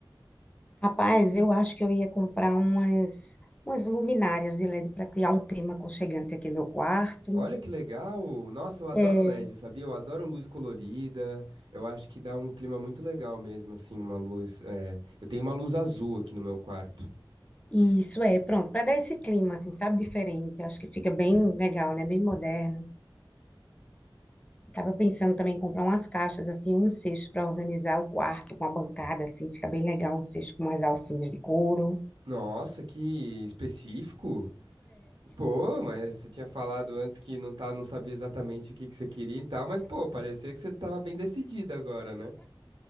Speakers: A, on the left; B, on the right.
A: Rapaz, eu acho que eu ia comprar umas, umas luminárias de LED para criar um clima aconchegante aqui no meu quarto.
B: Olha que legal! Nossa, eu adoro
A: É,
B: LED, sabia? Eu adoro luz colorida. Eu acho que dá um clima muito legal mesmo, assim, uma luz. eh, Eu tenho uma luz azul aqui no meu quarto.
A: e isso é, pronto, para dar esse clima, assim, sabe, diferente. Acho que fica bem legal, né? Bem moderno. Tava pensando também em comprar umas caixas, assim, um cesto para organizar o quarto com a bancada, assim, fica bem legal, um cesto com umas alcinhas de couro.
B: Nossa, que específico! Pô, mas você tinha falado antes que não tá, não sabia exatamente o que que você queria e tal, mas pô, parecia que você tava bem decidida agora, né?